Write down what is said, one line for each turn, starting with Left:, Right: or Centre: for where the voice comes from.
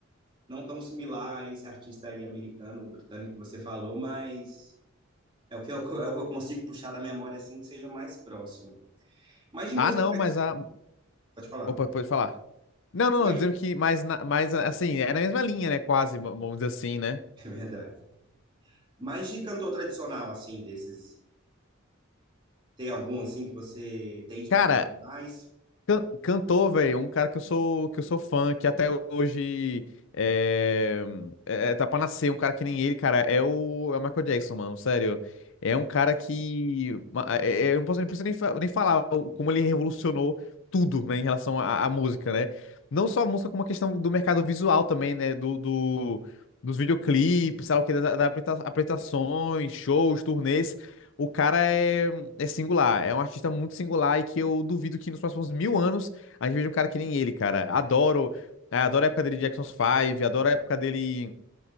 Right: não tão similar a esse artista aí americano ou britânico que você falou, mas é o que eu, é o que eu consigo puxar da memória assim que seja mais próximo. Mas de música
Left: Ah, não,
Right: tradicional,
Left: mas a.
Right: pode falar.
Left: Opa, pode falar. Não, não,
Right: Mas
Left: não, dizendo que
Right: <laughs>
Left: mais, na- mais assim, é na mesma linha, né? Quase, v- vamos dizer assim, né?
Right: é verdade. Mas de cantor tradicional assim desses, tem algum assim que você tem escutado
Left: Cara,
Right: mais?
Left: Can- Cantor, velho, um cara que eu sou que eu sou fã, que até hoje eh, é, é- tá pra nascer, um cara que nem ele, cara, é o, é o Michael Jackson, mano, sério. É
Right: Verdade.
Left: um cara que. ma- é- é- eu não posso, não preciso nem, fa- nem falar o- como ele revolucionou tudo, né, em relação à, à música, né? Não só a música, como a questão do mercado visual também, né? Do, do- dos videoclipes, sabe o que, das, das apresenta- apresentações, shows, turnês. O cara é é singular, é um artista muito singular e que eu duvido que nos próximos mil anos a gente veja um cara que nem ele, cara. Adoro, eh, adoro a época dele de Jackson Five, adoro a época dele